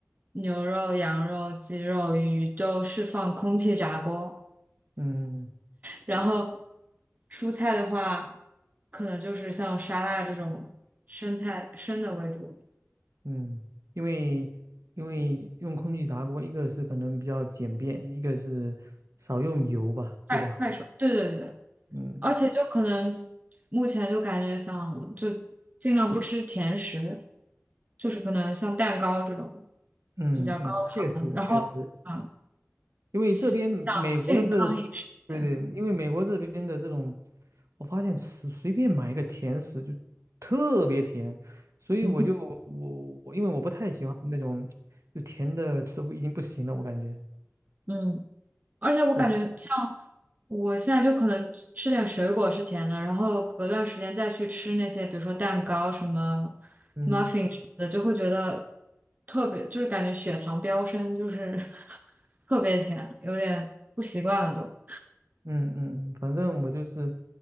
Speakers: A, on the right (about 35°); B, on the right (about 85°).
A: 牛肉、羊肉、鸡肉、鱼，都是放空气炸锅。
B: 嗯
A: 然后蔬菜的话，可能就是像沙拉这种生菜生的为主，
B: 嗯，因为因为用空气炸锅，一个是可能比较简便，一个是少用油吧，
A: 快快手，
B: 对吧？
A: 对对对，
B: 嗯
A: 而且就可能目前就感觉想就尽量不吃甜食，就是可能像蛋糕这种
B: 嗯嗯，
A: 比较高糖的然后啊，
B: 确实确实，因为这边美国的这，
A: 像健康饮食一点，
B: 对对，因为美国这边的这种，我发现随随便买一个甜食就特别甜，所以我就我我因为我不太喜欢那种就甜的都不已经不行了，
A: 嗯
B: 我感觉
A: 嗯。而且我感觉像
B: 我
A: 我现在就可能吃点水果是甜的，然后隔段时间再去吃那些，比如说蛋糕、什么
B: 嗯。
A: muffin 什么的，就会觉得特别，就是感觉血糖飙升，就是 <laughs> 特别甜，有点不习惯了都。
B: 嗯嗯，反正我就是